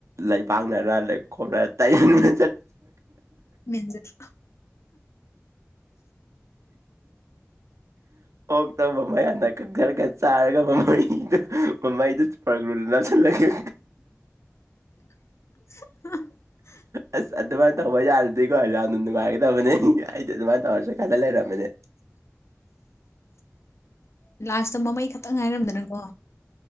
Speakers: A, on the right; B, on the left.
A: ꯂꯩ ꯄꯥꯛꯅꯔ ꯂꯩ ꯈꯣꯝꯅꯔ ꯇꯩꯦꯟꯂ
B: ꯃꯤꯖꯔ
A: ꯑꯣꯛꯇ ꯃ ꯃꯌꯥꯗ ꯀꯛ ꯈꯔꯒ ꯆꯥꯔꯒ ꯃꯃꯗ ꯃꯃ ꯏꯗꯤ ꯄꯒꯨ ꯅ ꯆꯂꯒꯦ
B: <unintelligible>
A: ꯑꯁ ꯑꯗꯨꯃꯥꯏꯅ ꯇꯧꯕ ꯌꯥꯔꯗꯤꯀꯣ ꯑꯗꯨꯖ ꯌꯥꯝꯅ ꯅꯨꯡꯉꯥꯏꯒꯗꯕꯅꯦ ꯑꯩꯗꯤ ꯑꯗꯨꯃꯅ ꯇꯧꯔꯁꯨ ꯈꯂ ꯂꯩꯔꯝꯝꯕꯅꯦ
B: <unintelligible> ꯂꯥꯁꯇ ꯃꯃꯩ ꯈꯛꯇꯪ ꯉꯥꯏꯔꯝꯗꯅꯀꯣ